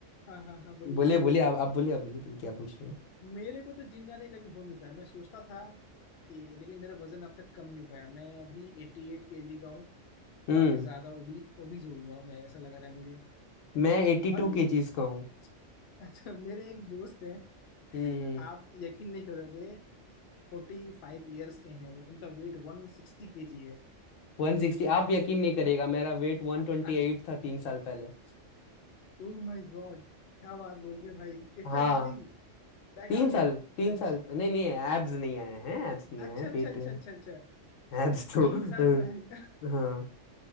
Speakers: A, on the left; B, on the left.
A: हाँ हाँ हाँ बोलिए
B: बोलिए
A: बोलिए
B: बोलिए आप आप बोलिए आप बोलिए बोलिए क्या पूछ रहे हैं
A: मेरे को तो जिम जाने का कभी हो नहीं पाया मैं सोचता था कि लेकिन मेरा वजन अब तक कम नहीं हो पाया मैं अभी एटी एट के जी का हूँ
B: हम्म
A: काफी ज्यादा ओबी ओबीज हो गया हूँ मैं ऐसा लगा रहा है मुझे
B: मैं एट्टी
A: मालूम
B: टू केजीज का हूँ
A: <laughs> अच्छा मेरे एक दोस्त हैं
B: हम्म
A: आप यकीन नहीं करोगे फोर्टी फाइव ईयर्स के हैं वो उनका weight one sixty K G है
B: वन सिक्सटी आप यकीन नहीं करेगा मेरा वेट वन ट्वेंटी
A: <laughs>
B: एट था तीन साल पहले
A: ओ माय गॉड क्या बात बोल रहे हैं भाई इतना
B: हाँ
A: जल्दी बैक
B: तीन
A: आ
B: साल
A: गए
B: तीन
A: अच्छा
B: साल नहीं नहीं एब्स नहीं आए हैं एब्स नहीं
A: अच्छा
B: आए हैं
A: अच्छा
B: पेट
A: अच्छा अच्छा अच्छा
B: एब्स तो
A: तीन
B: अ,
A: साल पहले
B: हाँ